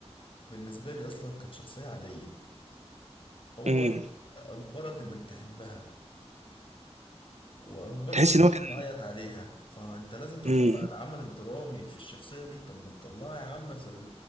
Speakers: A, on the left; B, on the right.
A: بالنسبة لي أصلا كانت شخصية عادية هو
B: امم
A: أجبرك إنك تحبها وأجبرك
B: تحس ان
A: إنك
B: هو كان
A: تعيط عليها فأنت لازم تطلع
B: امم
A: العمل الدرامي في الشخصية دي طب ما تطلعها يا عم في